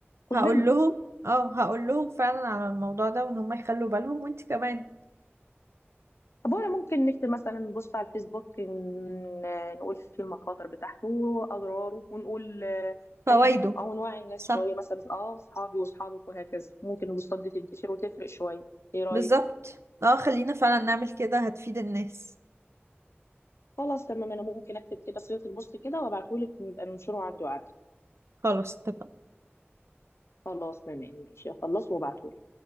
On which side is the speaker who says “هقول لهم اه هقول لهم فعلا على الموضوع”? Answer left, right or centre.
Right